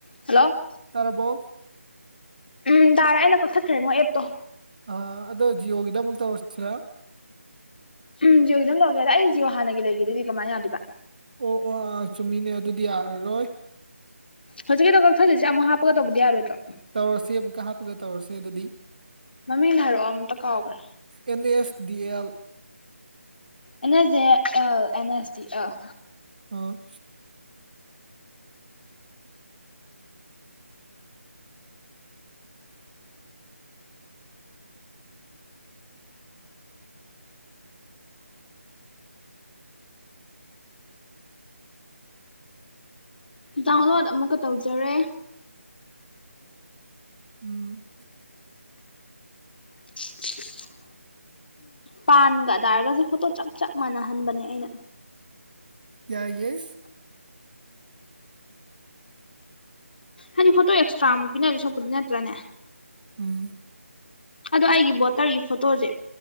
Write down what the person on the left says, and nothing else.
Hello
ꯎꯝ ꯇꯥꯔꯦ ꯑꯩꯅ ꯀꯛꯊꯠꯈ꯭ꯔꯦ ꯃꯣ ꯑꯦꯞꯇꯣ
ꯎꯝ ꯖꯤꯌꯣꯒꯤ ꯑꯗꯨꯝ ꯇꯧꯒꯦꯗ ꯑꯩꯗꯤ ꯖꯤꯌꯣ ꯍꯥꯟꯅꯒꯤ ꯂꯩꯒꯦꯗꯨꯗꯤ ꯀꯃꯥꯏꯅ ꯌꯥꯗꯣꯏꯕ
ꯍꯧꯖꯤꯛꯀꯤꯗ ꯀꯛꯊꯠꯂꯤꯖꯤ ꯑꯃꯨꯛ ꯍꯥꯞꯄꯒ ꯇꯧꯕꯗꯤ ꯌꯥꯔꯣꯏꯗ꯭ꯔꯣ
ꯃꯃꯤꯡ ꯍꯥꯏꯔꯛꯑꯣ ꯑꯃꯝꯇ ꯀꯥꯎꯈ꯭ꯔꯥ
A ꯑꯦꯁꯦ ꯑ ꯑꯦꯟ ꯑꯦꯁ ꯗꯤ ꯑꯦꯜ
ꯗꯥꯎꯟꯂꯣꯗ ꯑꯃꯨꯛꯀ ꯇꯧꯖꯔꯦ
<inaudible> ꯄꯥꯟꯒꯗꯥꯏꯔꯒꯁꯨ ꯐꯣꯇꯣ ꯆꯞ ꯆꯞ ꯃꯥꯟꯅꯍꯟꯕꯅꯦ ꯑꯩꯅ
ꯍꯥꯏꯗꯤ ꯐꯣꯇꯣ ꯑꯦꯁ꯭ꯔꯥ ꯑꯃ ꯄꯤꯅꯗꯣꯏ ꯁꯔꯨꯛꯄꯨꯗꯤꯅ ꯅꯠꯇ꯭ꯔꯅꯦ
ꯑꯗꯣ ꯑꯩꯒꯤ ꯕꯣꯇꯔꯒꯤ ꯐꯣꯇꯣꯗꯤ